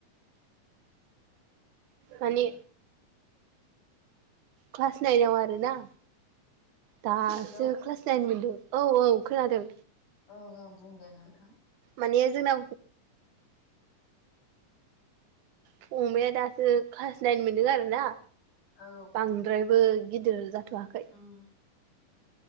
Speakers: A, on the right; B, on the left.
A: मानि क्लास नाइनाव आरो ना दासो
B: हेलौ
A: क्लास नाइन मोनदों औ औ खोनादों
B: ओं ओं बुंदे नोंथां
A: माने जोंना फंबाया दासो क्लास नाइन मोनदों आरोना
B: औ
A: बांद्रायबो गिदिर जाथ'वाखै
B: उम